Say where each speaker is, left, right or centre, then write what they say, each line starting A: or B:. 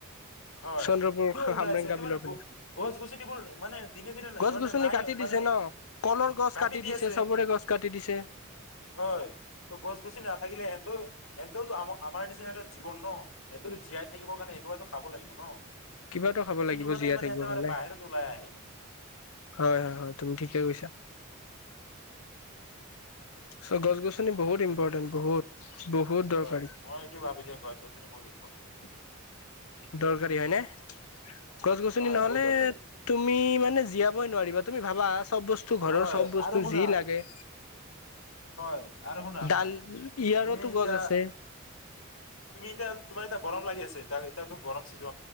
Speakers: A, on the left; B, on the left.
A: হয়
B: চন্দ্ৰপুৰ
A: কিয় ওলাইছে
B: খামৰেংগা
A: কিন্তু
B: বিলৰ
A: মানে
B: ফালে
A: গছ গছনিবোৰ মানে দিনে দিনে ন
B: গছ
A: মানে
B: গছনি
A: নাই
B: কাটি দিছে
A: মানে
B: ন কলৰ
A: উ
B: গছ
A: কাটি দি
B: দিছে
A: আছে।
B: চবৰে গছ কাটি দিছে
A: হয় গছ গছি নাথাকিলে হেহনতো এন্তওতো আমাৰ নিচিনা এটা জীৱন ন? কিন্তুতো জীয়াই থাকিব কাৰণে কিবাটো খাব লাগিব ন?
B: কিবাতো খাব লাগিব
A: কাৰণে
B: জীয়াই
A: মানে
B: থাকিব
A: এতে মানে
B: হ'লে।
A: বাহিৰত ওলাই আহে
B: হয় হয় হয়, তুমি ঠিকে কৈছা। চ' গছ গছনি বহুত ইম্পৰ্টেণ্ট, বহুত। বহুত দৰকাৰী
A: হয় মই এইটো ভাবো যে গছ গছনি বহুত ইম্পৰ্টেট।
B: দৰকাৰী হয়নে? গছ-গছনি
A: হয়
B: নহলে
A: বহুত দৰকাৰী
B: তুমি মানে জীয়া ই নোৱাৰিবা তুমি ভাবা। চব বস্তু, ঘৰৰ
A: হয়
B: চব বস্তু
A: আৰু শুনা
B: যি লাগে
A: হয়, আৰু শুনা,
B: ডাল
A: শুনা
B: ইয়াৰতো
A: তুমি এতিয়া,
B: গছ আছে
A: তুমি এতিয়া, তোমাৰ এতিয়া, গৰম লাগি আছে। এয়া-এতিয়াতো গৰম চিজন,